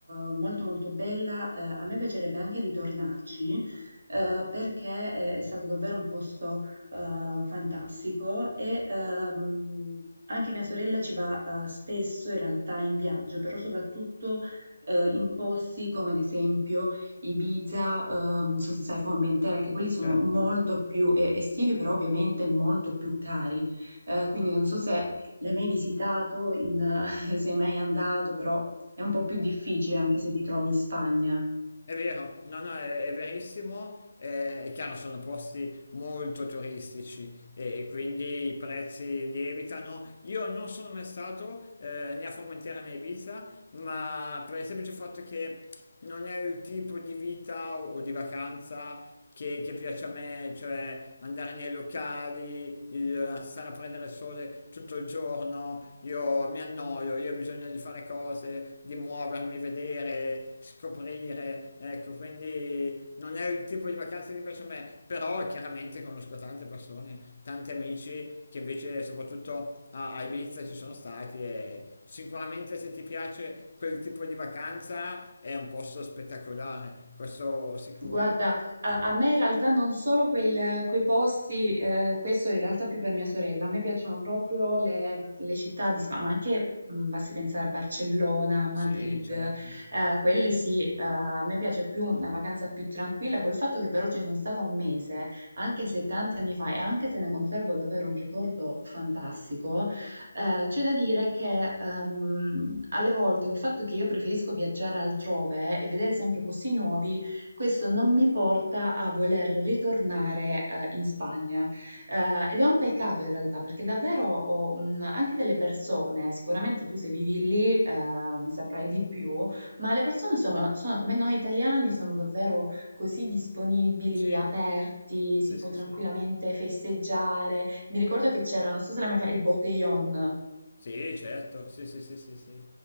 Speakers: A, on the right; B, on the left.
A: ehm, molto, molto bella. Eh, a me piacerebbe anche ritornarci, eh, perché è, è stato davvero un posto, eh, fantastico e ehm, anche mia sorella ci va, eh, spesso in realtà in viaggio, però soprattutto, eh, in posti come ad esempio Ibiza, ehm, non so se sai Formentera, che quelli sono
B: Certo.
A: molto più eh, estivi, però ovviamente molto più cari. Eh, quindi non so se l'hai mai visitato in, <laughs> sei mai andato, però è un po' più difficile anche se ti trovi in Spagna.
B: È vero, no, no, è, è verissimo. eh, è chiaro, sono posti molto turistici e, e quindi i prezzi lievitano. Io non sono mai stato eh, né a Formentera né a Ibiza, ma per il semplice fatto che non è il tipo di vita o, o di vacanza che, che piace a me, cioè andare nei locali, il- stare a prendere il sole tutto il giorno, io mi annoio, io ho bisogno di fare cose, di muovermi, vedere, scoprire, ecco, quindi non è il tipo di vacanza che piace a me, però chiaramente conosco tante persone, tanti amici che invece soprattutto a, a Ibiza ci sono stati e sicuramente se ti piace quel tipo di vacanza è un posto spettacolare, questo sicuro.
A: Guarda, a, a me in realtà non solo quel- quei posti, eh, questo in realtà più per mia sorella, a me piacciono proprio le, le città di Spagna, ma anche mh, basti pensare a Barcellona, Madrid,
B: Sì, certo.
A: eh, quelle sì, eh, a me piace più una vacanza più tranquilla, col fatto che però ci sono stata un mese, anche se tanti anni fa, e anche se ne conservo davvero un ricordo fantastico, eh, c'è da dire che ehm, alle volte col fatto che io preferisco viaggiare altrove e vedere sempre posti nuovi, questo non mi porta a voler ritornare, ehm, in Spagna, ehm, ed è un peccato in realtà perché davvero ho, mhmm, anche delle persone sicuramente tu se vivi lì, ehm, ne saprai di più, ma le persone sono sono come noi italiani, sono davvero così disponibili,
B: Sì,
A: aperti,
B: sì,
A: si può
B: sì,
A: tranquillamente
B: sì.
A: festeggiare. Mi ricordo che c'era, non so se l'hai mai fa il Botellón.
B: Sì, certo, sì, sì, sì, sì, sì.